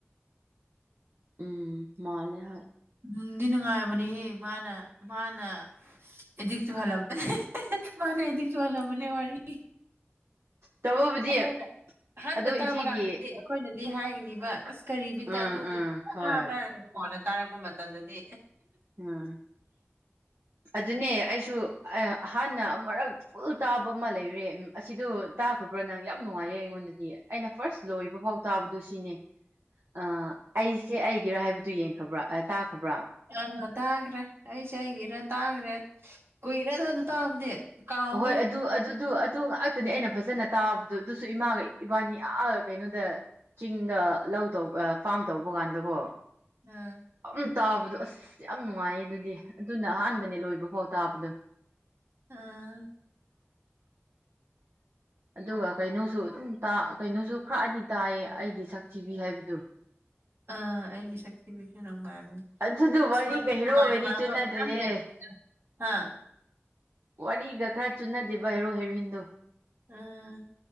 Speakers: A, on the right (about 75°); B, on the right (about 60°).
A: ꯎꯝ ꯃꯥꯅꯦ ꯍꫭꯏ
B: ꯅꯨꯡꯗꯤ ꯅꯨꯡꯉꯥꯏꯔꯕꯅꯤꯍꯦ ꯃꯥꯅ ꯃꯥꯅ ꯑꯦꯗꯤꯁꯨꯍꯜ ꯃꯥꯅ ꯑꯦꯗꯤꯁꯨꯍ ꯃꯅꯤ ꯋꯥꯔꯤ
A: ꯇꯧꯕꯕꯨꯗꯤ
B: ꯑꯩꯈꯣꯏꯅ ꯑꯍꯥꯟꯕ
A: ꯑꯗꯣ
B: ꯇꯥꯕ
A: ꯏꯆꯦꯒꯤ
B: ꯀꯥꯟꯗꯗꯤ ꯑꯩꯈꯣꯏꯅꯗꯤ ꯍꯥꯏꯒꯅꯤꯕ ꯑꯁ ꯀꯔꯤꯕꯤꯠꯇ
A: ꯎꯝ
B: ꯑꯗꯨꯕꯨꯅ
A: ꯎꯝ ꯍꯣꯏ
B: ꯇꯥꯕ꯭ꯔꯥ ꯍꯥꯏ ꯀꫭꯟꯅ ꯇꯥꯔꯛꯄ ꯄꯄ ꯃꯇꯝꯗꯗꯤ
A: ꯎꯝ ꯑꯗꯨꯅꯦ ꯑꯩꯁꯨ ꯍꯥꯟꯅ ꯑꯃꯨꯔꯛ ꯇꯥꯕ ꯑꯃ ꯂꯩꯔꯦ ꯑꯁꯤꯗꯣ ꯇꯥꯈ꯭ꯔꯕ꯭ꯔꯥ ꯅꯪ ꯌꯥꯝ ꯅꯨꯡꯉꯥꯏꯌꯦ ꯑꯩꯉꯣꯟꯗꯗꯤ ꯑꯩꯅ ꯐꯥꯔꯁ ꯂꯣꯏꯕ ꯐꯥꯎ ꯇꯥꯕꯗꯨ ꯁꯤꯅꯦ
B: <unintelligible>
A: ꯑ ꯑꯩꯁꯦ ꯑꯩꯒꯤꯔꯣ ꯍꯥꯏꯕꯗꯨ ꯌꯦꯡꯈ꯭ꯔꯕ꯭ꯔꯥ ꯑꯥ ꯇꯥꯈ꯭ꯔꯕ꯭ꯔꯥ
B: ꯑꯥ ꯇꯥꯈ꯭ꯔꯦ ꯑꯩꯁꯦ ꯑꯩꯒꯤꯔ ꯇꯥꯈ꯭ꯔꯦ ꯀꯨꯏꯔꯦꯗ ꯑꯗꯨ ꯇꯥꯕꯗꯤ ꯀꯥꯎꯈ꯭ꯔꯦ
A: ꯍꯣꯏ ꯑꯗꯨꯗꯨ ꯑꯗꯨꯗꯨ ꯑꯗꯨ ꯉꯥꯛ ꯑꯗꯨꯅꯤ ꯑꯩꯅ ꯐꯖꯅ ꯇꯥꯕꯗꯣ ꯑꯗꯨꯁꯨ ꯏꯃꯥꯒ ꯏꯕꯥꯅꯤ ꯑ ꯀꯩꯅꯣꯗ ꯆꯤꯡꯗ ꯂꯧꯇꯧꯕ ꯄꯥꯝ ꯇꯧꯕ ꯀꯥꯟꯗꯕꯣ
B: ꯎꯝ
A: ꯑꯗꯨ ꯇꯥꯕꯗꯣ ꯑꯁ ꯌꯥꯝ ꯅꯨꯡꯉꯥꯏꯌꯦ ꯑꯗꯨꯗꯤ ꯑꯗꯨꯅ ꯑꯍꯥꯟꯕꯅꯦ ꯂꯣꯏꯕ ꯐꯥꯎ ꯇꯥꯕꯗꯣ
B: ꯎꯨꯝ
A: ꯑꯗꯨꯒ ꯀꯩꯅꯣꯁꯨ ꯑꯗꯨꯝ ꯇꯥ ꯀꯩꯅꯣꯁꯨ ꯈꯔꯗꯤ ꯇꯥꯏꯌꯦ ꯑꯩꯒꯤ ꯁꯛꯊꯤꯕꯤ ꯍꯥꯏꯕꯗꯨ
B: ꯑꯥ ꯑꯩꯒꯤ ꯁꯛꯊꯤꯕꯤꯁꯨ ꯅꯨꯡꯉꯥꯏꯕꯅꯦ
A: ꯑꯗꯨꯗꯨ
B: ꯑꯁ
A: ꯋꯥꯔꯤꯒ
B: ꯋꯥꯔꯤ
A: ꯍꯤꯔꯣꯒꯗꯤ
B: ꯅꯨꯡꯉꯥꯏ ꯅꯨꯡꯉꯥꯏꯕ
A: ꯆꯨꯅꯗ꯭ꯔꯦꯍꯦ
B: ꯃꯌꯥꯝ ꯂꯩꯕꯅꯤꯗ ꯍꯥ
A: ꯋꯥꯔꯤꯒ ꯈꯔ ꯆꯨꯅꯗꯦꯕ ꯍꯦꯔꯣ ꯍꯦꯔꯣꯏꯟꯗꯣ
B: ꯑꯥ